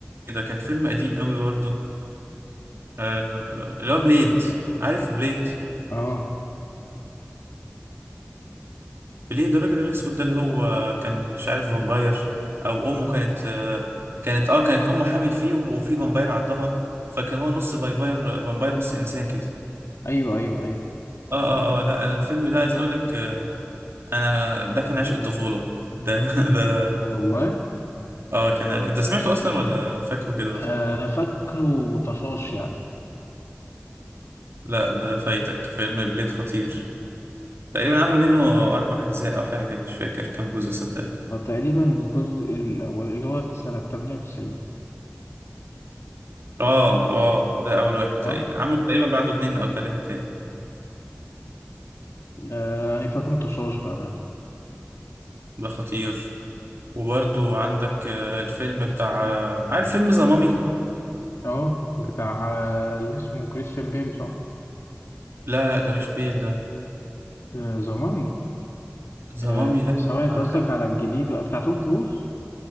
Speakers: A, on the right (about 60°); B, on the left (about 75°).
A: ده كان فيلم قديم قوي برضه آه، اللي هو بليد عارف بليد
B: اه
A: بليد الراجل الأسود ده اللي هو كان مش عارف فامباير أو أمه كانت آه، كانت اه كانت أمه حامل فيه وه- وفي فامباير عضها فكان هو نص فامباير فامباير نص إنسان كده
B: ايوه ايوه ايوه
A: اه اه اه لا أنا الفيلم ده عايز أقول لك آه، انا ده كان عشق الطفولة ده <laughs> ده
B: والله
A: اه كان عشق. انت سمعته اصلا ولا فاكره كده
B: آه،
A: بس
B: انا فاكره طشاش يعني
A: لا ده فايتك فيلم بليد خطير تقريبا عملوا منه اربع اجزاء او حاجة مش فاكر كام جزء صدقني
B: فتقريبا الجزء الاول اللي هو سنه 98
A: اه اه ده اول واحد تقريبا
B: اه
A: عملوا تقريبا بعده اتنين او تلاتة تاني
B: آه يعني فاكره طشاش بأمانة
A: ده خطير وبرضو عندك آه، الفيلم بتاع آه، عارف فيلم ذا مامي
B: اه بتاع آه، اللي اسمه كريستيان بيل صح؟
A: لا لا ده مش بيل ده
B: آه زمامي
A: ذا
B: آه
A: مامي لا
B: سواء انت
A: آه،
B: قصدك
A: كان-
B: على الجديد بتاع توم كروز